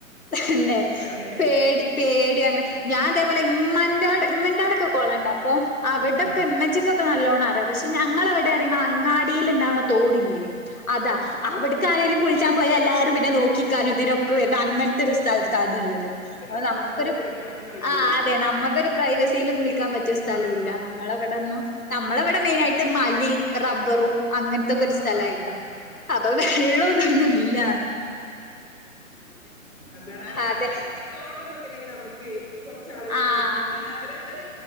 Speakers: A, on the left; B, in the centre.
A: ഹ് ന്നെ
B: അങ്ങനെയാണ്
A: പേടി പേടി അങ്ങനെ ഞാൻതേപോലെ ഇം... മൻ്റെടെ മ്മൻ്റെടൊക്കെ കൊളണ്ട് അപ്പോ അവിടൊക്കെമ്മച്ചിക്കൊക്കെ
B: ആ ആ
A: നല്ലോണം ന്നാറ്യ പക്ഷെ ഞങ്ങളവടെറിണ് അങ്ങാടീല്ണ്ടാവ്ണ തോടില്ലേ അതാ
B: ആ ചെറിയ
A: അവിട്ക്കാരേലും
B: തോട്
A: കുൾച്ചാൻ പോയാ എല്ലാരും പിന്നെ നോക്കി കനും തിനൊക്കെ
B: ആ
A: വര്ന അങ്ങനത്തെരു
B: ആ
A: സ്ഥൽത്താ ത്ള്ളത്
B: അത് നമുക്ക്
A: അപ്പൊ
B: സമാധാനത്തോടെ
A: നമക്കൊരു
B: കുളിക്കാനൊന്നും കഴിയൂലല്ലോ
A: ആ അതെ
B: അവിടുന്ന്
A: നമ്മ അതൊരു പ്രൈവസില് കുളിക്കാ പറ്റിയ സ്ഥലൂല്ല
B: ആ ആ
A: നമ്മളവിടന്നും നമ്മളവടെ മെയിനായ്ട്ട് മല്ലിം റബ്ബറും അങ്ങൻത്തൊക്കെര്
B: ആ ആ,
A: സ്ഥലായിട്ടാ
B: അത്
A: അപ്പൊ
B: ശരി
A: വെള്ളതൊന്നും ഇല്ല
B: അതണാല
A: അതെ
B: ഇങ്ങനെ ഈതോടു തൊക്കെണ്ടങ്കി നമുക്ക് കൊർച്ചാളുകളും
A: ആഹ്
B: കൂടിപ്പോയി നല്ല ഒരു ഒര്